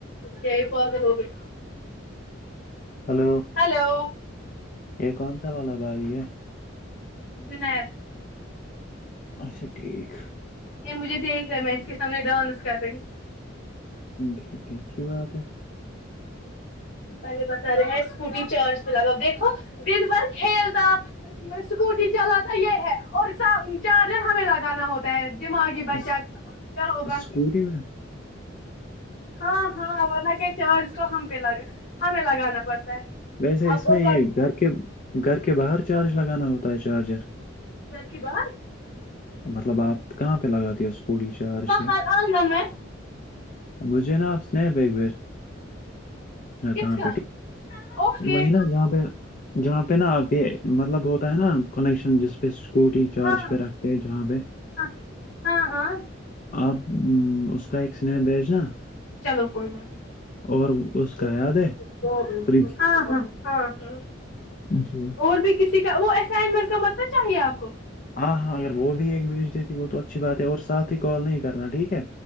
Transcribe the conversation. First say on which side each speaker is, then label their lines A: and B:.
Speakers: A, on the left; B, on the left.
A: یہ پاگل ہوگی
B: ہیلو
A: ہیلو
B: یہ کون سا والا بھائی یہ
A: جنید
B: اچھا ٹھیک
A: یہ مجھے دیکھ رہ ہے میں اس کے سامنے ڈنس کر رہی
B: ٹھیک ہے اچھی بات ہے
A: پہلے بتا رہے ہیں اسکوٹی چارج لگاؤ دیکھو دن بھر کھیلتا اسکوٹی چلاتا یہ ہے اور چارجر ہمیں لگانا ہوتا دماغی بچا
B: اس-
A: کر ہو با
B: اسکوٹی میں
A: ہاں ہاں ورنہ کیا چارج تو ہم پہگ ہمیں لگانا پڑتا ہے
B: ویسے
A: اب
B: اس
A: وہ
B: میں یہ گھر کے گھر کے باہر
A: بات
B: چارج لگانا ہوتا ہے چارجر
A: گھر کے باہر
B: مطلب آپ کہاں پہ لگاتے ہو اسکوٹیی چارج
A: باہر
B: ہے
A: آنگن میں
B: مجھے نا آپ <unintelligible> ہاں
A: کس
B: کہاں
A: کا
B: پہ
A: اوکے
B: وہیں نا جہاں پہ جہاں پہ نا آپ یہ مطلب ہوتا ہے نا کنیکشن جس پہ اسکوٹی چارج
A: ہاں
B: پہ رکھتے ہیں جہاں پہ
A: ہاں ہاں ہاں
B: آپ اس کا ایک سنیپ بھیجنا
A: چلو کوئی نہیں
B: اور اس کا
A: <unintelligible>
B: یاد ہے فریج
A: ہاں ہاں ہاں ہاں
B: جی
A: اور بھی کسی کا وہ اسائنمنٹ کا مطلب چاہیے آپ کو
B: ہاں ہاں اگر وہ بھی ایک بھیج دیتی وہ تو اچھی بات ہے اور ساتھ ہی کال نہیں کرنا ٹھیک ہے